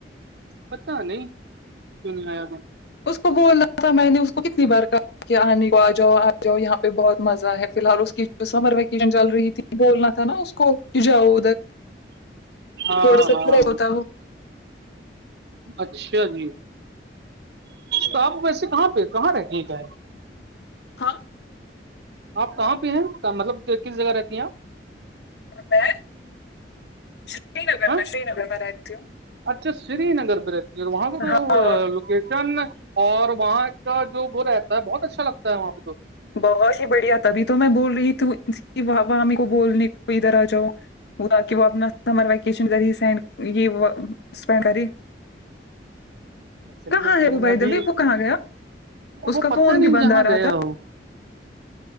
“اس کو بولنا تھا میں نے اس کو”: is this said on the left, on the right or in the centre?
Left